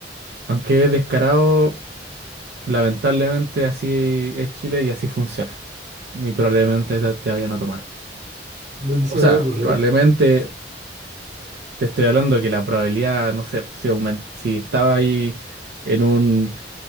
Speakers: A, on the right (about 65°); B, on the right (about 40°).
A: Aunque es descarado, lamentablemente así es Chile y así funciona. Y probablemente te, te vayan a tomar.
B: no, no
A: O
B: se
A: sea,
B: me había ocurrido.
A: probablemente te estoy hablando que la probabilidad, no sé, si, aumen- si estaba ahí en un